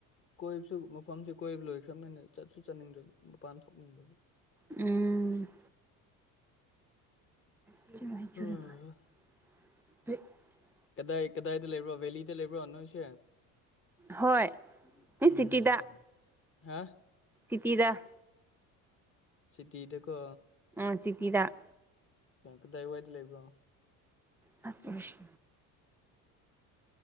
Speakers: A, on the left; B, in the centre.
A: ꯀꯣꯏꯕꯁꯨ ꯃꯐꯝꯁꯦ ꯀꯣꯏꯕ ꯂꯣꯏꯈ꯭ꯔꯕꯅꯤꯅ ꯆꯠꯁꯨ ꯆꯠꯅꯤꯡꯗꯕ ꯃꯄꯥꯟ ꯊꯣꯛꯅꯤꯡꯗꯕ
B: ꯎꯝ <unintelligible>
A: ꯎꯝ ꯀꯗꯥꯏ ꯀꯗꯥꯏꯗ ꯂꯩꯕ꯭ꯔꯣ ꯕꯦꯂꯤꯗ ꯂꯩꯕ꯭ꯔꯣ ꯅꯣꯏꯁꯦ
B: ꯍꯣꯏ
A: ꯎꯝ
B: ꯁꯤꯇꯤꯗꯥꯛ
A: ꯍꯥ
B: ꯁꯤꯇꯤꯗ
A: ꯁꯤꯇꯤꯗ ꯀꯣ
B: ꯎꯝ ꯁꯤꯇꯤꯗ
A: ꯀꯗꯥꯏ ꯋꯥꯏꯗꯤ ꯂꯩꯕ꯭ꯔꯣ
B: ꯁꯀꯤ ꯁ